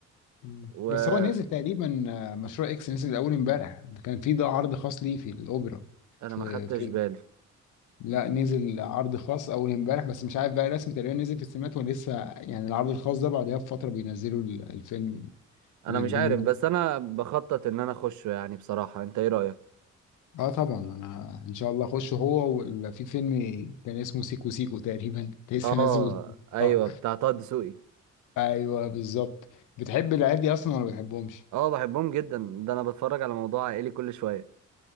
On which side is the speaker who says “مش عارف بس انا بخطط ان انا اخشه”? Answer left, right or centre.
Right